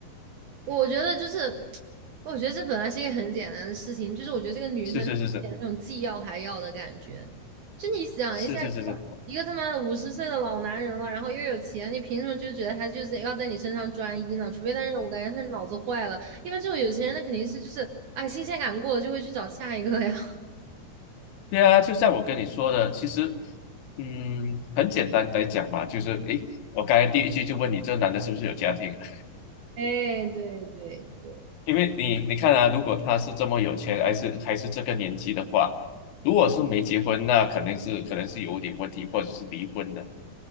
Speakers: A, on the right (about 70°); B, on the left (about 85°).
A: 我觉得就是，我觉得这本来是一个很简单的事情，就是我觉得这个女生有那种既要还要的感觉。
B: 是是是是
A: 就你想一下，
B: 是是是是，
A: 一个他妈的五十岁的老男人了，然后又有钱，你凭什么就觉得他就是要在你身上专一呢？除非他是我感觉他是脑子坏了，一般这种有钱人那肯定是就是，哎，新鲜感过了就会去找下一个呀。<laughs>
B: 对啊，就像我跟你说的，其实嗯，很简单来讲嘛，就是哎诶我刚才第一句就问你，这男的是不是有家庭啊？
A: 哎，对对对，
B: 因为你你看啊，如果他是这么有钱，还是还是这个年纪的话，如果是没结婚，那肯定是可能是有点问题，或者是离婚的。